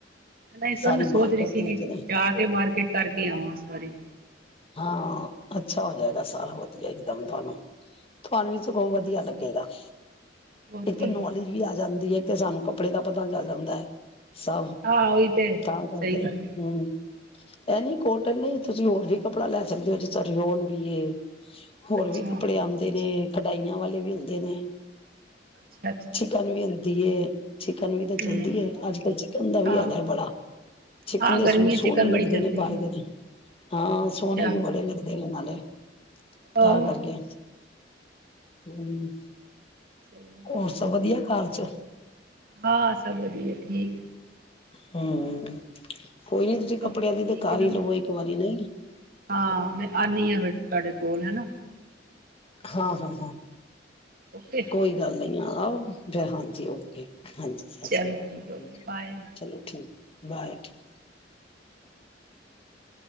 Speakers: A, on the right; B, on the left.
A: ਨਾ ਇਸ
B: ਸਾਰੀ
A: ਬਾਰ ਮੈਂ
B: ਮਾਰਕੀਟ
A: ਸੋਚ ਰਹੀ ਸੀਗੀ
B: ਦੇ ਵਿੱਚ ਨੇ
A: ਜਾ ਕੇ ਮਾਰਕੀਟ ਕਰਕੇ ਆਵਾਂ ਇਸ ਬਾਰੇ, <unintelligible>
B: ਹਾਂ ਅੱਛਾ ਹੋ ਜਾਏਗਾ, ਸਾਰਾ ਕੁਛ ਇਕਦਮ ਤੁਹਾਨੂੰ ਤੁਹਾਨੂੰ ਵੀ ਸਗੋਂ ਵਧੀਆ ਲੱਗੇਗਾ। <unintelligible>
A: ਹੋਰ
B: ਇੱਕ
A: ਕੀ
B: ਤਾਂ ਨੌਲੇਜ ਵੀ ਆ ਜਾਂਦਾ। ਤੇ ਸਾਨੂੰ ਕੱਪੜੇ ਦਾ ਪਤਾ ਚਲ ਜਾਂਦਾ ਐ। ਸਭ
A: ਹਾਂ ਉਹੀ ਤੇ
B: ਤਾਂ ਕਰਕੇ
A: ਸਹੀ ਗੱਲ ਹੈ
B: ਹੂੰ ਇਹਨੀ ਕੋਟ ਨਹੀਂ ਤੁਸੀਂ ਹੋਰ ਦੇਖ, ਕੱਪੜਾ ਲੈ ਸਕਦੇ ਹੋ ਜੇ ਤਾੜੀ ਓਨ ਵੀ ਏ। ਹੋਰ
A: ਅੱਛਾ
B: ਵੀ ਕੱਪੜੇ ਆਦੇ ਨੇ ਕਡਾਈਆਂ ਵਾਲੇ ਵੀ ਹੁੰਦੇ ਨੇ
A: ਅੱਛਾ ਅੱਛਾ
B: ਚਿਕਨ ਵੀ ਹੁੰਦੀ ਏ। ਚਿਕਨ ਵੀ ਤਾਂ ਚੱਲਦੀ
A: ਹਮ
B: ਹੈ ਅੱਜ ਕੱਲ ਚਿਕਨ ਦਾ ਵੀ
A: ਹਾਂ
B: ਹੈਗਾ ਬੜਾ ਚਿਕਨ
A: ਹਾਂ
B: ਦੇ
A: ਗਰਮੀਆਂ
B: ਸੂਟ ਸੋਹਣੇ
A: ਚਿਕਨ
B: ਲੱਗਦੇ
A: ਬੜੀ ਚੱਲ
B: ਨੇ
A: ਰਹੀ
B: ਪਾਏ
A: ਹੈ
B: ਦੇ ਨੇ। ਹਾਂ
A: ਅੱਛਾ
B: ਸੋਨੇ ਵੀ ਬੜੇ ਲੱਗਦੇ ਨੇ ਨਾਲ ਹੂੰ ਤਾਂ
A: ਆਹੋ
B: ਕਰਕੇ ਹੂੰ
A: ਸਹੀ ਹੈ
B: ਹੋਰ ਸਭ ਵਧੀਆ ਘਰ 'ਚ
A: ਹਾਂ ਸਭ ਵਧੀਆ ਠੀਕ।
B: ਹੂੰ ਕੋਈ ਨੀ ਤੁਸੀਂ
A: ਚਲੋ
B: ਕੱਪੜਿਆਂ ਦੀ
A: ਠੀਕ
B: ਤੇ ਕਰ
A: ਹੈ ਮੈਮ
B: ਹੀ ਲਵੋ ਇੱਕ ਵਾਰੀ ਨਹੀਂ
A: ਹਾਂ ਮੈਂ ਆਉਂਦੀ ਹਾਂ ਫਿਰ ਤੁਹਾਡੇ ਕੋਲ ਹਨਾ।
B: ਹਾਂ ਹਾਂ ਹਾਂ
A: ਓਕੇ
B: ਕੋਈ ਗੱਲ ਨੀ ਆ। ਆਹੋ ਹਾਂਜੀ ਓਕੇ। ਹਾਂਜੀ ਸਤਿ
A: ਚਲੋ
B: ਸ਼੍ਰੀ ਅਕਾਲ
A: ਠੀਕ ਹੈ ਓਕੇ ਬਾਏ
B: ਚਲੋ ਠੀਕ ਐ। ਬਏ ਠੀਕ।